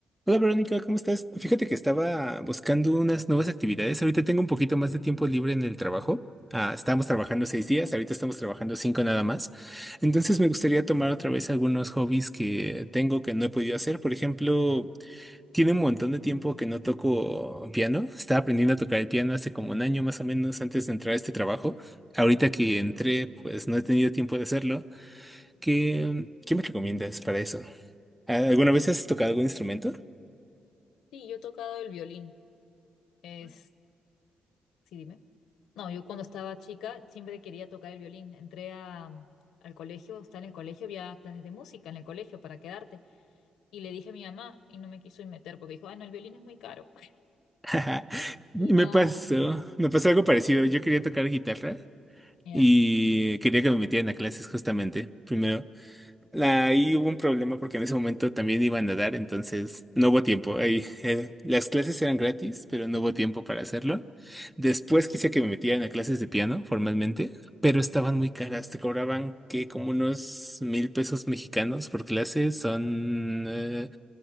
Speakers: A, in the centre; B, on the left (about 85°).
A: Hola Verónica, ¿cómo estás? Fíjate que estaba buscando unas nuevas actividades. Ahorita tengo un poquito más de tiempo libre en el trabajo. Ah, estábamos trabajando seis días, ahorita estamos trabajando cinco nada más. Entonces me gustaría tomar otra vez algunos hobbies que tengo que no he podido hacer. Por ejemplo, tiene un montón de tiempo que no toco piano. Estaba aprendiendo a tocar el piano hace como un año más o menos antes de entrar a este trabajo. Ahorita que entré, pues no he tenido tiempo de hacerlo. ¿Qué, qué me recomiendas para eso? ¿Alguna vez has tocado algún instrumento?
B: Sí, yo he tocado el violín. Es, sí, dime. No, yo cuando estaba chica siempre quería tocar el violín. Entré a, al colegio, estaba en el colegio, había clases de música en el colegio para quedarte. Y le dije a mi mamá y no me quiso ir meter porque dijo, ah, no, el violín es muy caro. <laughs>
A: <laughs> Me
B: Y no,
A: pasó, me pasó algo parecido. Yo quería tocar guitarra
B: ya.
A: y quería que me metieran a clases justamente. Primero, La- ahí hubo un problema porque en ese momento también iba a nadar, entonces no hubo tiempo. Ahí, eh, las clases eran gratis, pero no hubo tiempo para hacerlo. Después quise que me metieran a clases de piano formalmente, pero estaban muy caras. Te cobraban que como unos mil pesos mexicanos por clase, son eh,